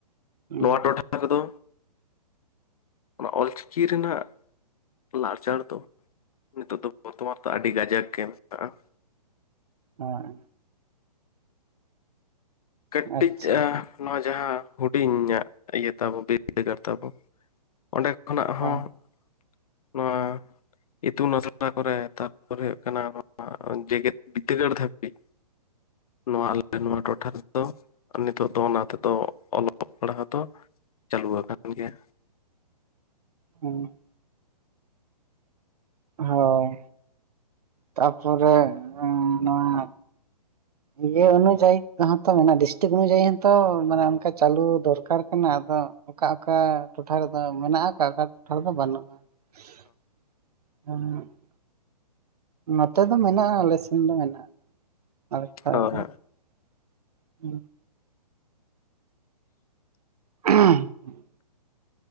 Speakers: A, on the right; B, on the left.
A: ᱦᱮᱸ
B: ᱱᱚᱣᱟ ᱴᱚᱴᱷᱟᱼᱼ ᱨᱮᱫᱚ ᱚᱱᱟ <unintelligible> ᱚᱞᱪᱤᱠᱤ ᱨᱮᱱᱟᱜᱼᱼ ᱞᱟᱲᱪᱟᱲ ᱫᱚ, ᱱᱤᱛᱚᱜ ᱫᱚ ᱵᱚᱨᱛᱚᱢᱟᱱ ᱫᱚ ᱟᱹᱰᱤ ᱠᱟᱡᱟᱠ ᱜᱮ ᱢᱮᱱᱟᱜᱼᱟ ᱾
A: ᱦᱮᱸ ᱾
B: ᱠᱟᱹᱴᱤᱡ
A: ᱟᱪᱪᱷᱟ
B: ᱟᱼᱼ ᱱᱚᱣᱟ ᱡᱟᱦᱟᱸ ᱦᱩᱰᱤᱧᱟᱜ ᱤᱭᱟᱹ ᱛᱟᱵᱚ ᱵᱤᱨᱫᱟᱹᱜᱟᱲ ᱛᱟᱵᱚ, ᱚᱸᱰᱮᱼᱼ ᱠᱷᱚᱱᱟᱜ ᱦᱚ,
A: ᱦᱳᱭ
B: ᱸ ᱱᱚᱣᱟᱼᱼ ᱤᱛᱩᱱ ᱟᱥᱲᱟ ᱠᱚᱨᱮ ᱛᱟᱨᱯᱚᱨ ᱦᱩᱭᱩᱜ ᱠᱟᱱᱟ ᱱᱚᱣᱟ ᱾ <unintelligible> ᱡᱮᱜᱮᱫ ᱵᱤᱫᱽᱫᱟᱹᱜᱟᱲ ᱫᱷᱟᱹᱵᱤᱡ ᱱᱚᱣᱟ ᱟᱞᱮ ᱱᱚᱣᱟ ᱴᱚᱴᱷᱟᱼᱼ ᱫᱚ, ᱱᱤᱛᱚᱜ ᱫᱚ ᱚᱱᱟ ᱛᱮᱫᱚ ᱚᱞᱚᱜ ᱯᱟᱲᱦᱟᱣ ᱫᱚ ᱪᱟᱹᱞᱩ ᱟᱠᱟᱱ ᱜᱮᱭᱟ ᱾
A: ᱦᱮᱸ <unintelligible> ᱦᱳᱭ, ᱛᱟᱨᱯᱚᱨᱮ ᱚᱸ ᱱᱚᱣᱟᱼᱼ ᱤᱭᱟᱹ ᱚᱱᱩᱡᱟᱭᱤ ᱦᱚᱸᱛᱚ ᱢᱮᱱᱟᱜᱼᱟ, ᱰᱤᱥᱴᱤᱠ ᱚᱱᱩᱡᱟᱭᱤ ᱦᱚᱸᱛᱚ ᱢᱟᱱᱮ ᱚᱱᱠᱟ ᱪᱟᱹᱞᱩ ᱫᱚᱨᱠᱟᱨ ᱠᱟᱱᱟ ᱟᱫᱚ ᱾ ᱚᱠᱟ ᱚᱠᱟ ᱴᱚᱴᱷᱟ ᱨᱮᱫᱚ ᱢᱮᱱᱟᱜᱼᱟ, ᱚᱠᱟ ᱚᱠᱟ ᱴᱚᱴᱷᱟ ᱨᱮᱫᱚ ᱵᱟᱹᱱᱩᱜᱼᱟ ᱾ <unintelligible> ᱦᱩᱸ ᱾ ᱱᱚᱛᱮ ᱫᱚ ᱢᱮᱱᱟᱜᱼᱟ ᱟᱞᱮ ᱥᱮᱱ ᱫᱚ ᱢᱮᱱᱟᱜᱼᱟ, ᱟᱞᱮ ᱴᱚᱴᱷᱟ
B: ᱦᱳᱭ
A: ᱨᱮᱫᱚ ᱾ ᱦᱩᱸ ᱾ ᱦᱮᱸ <unintelligible>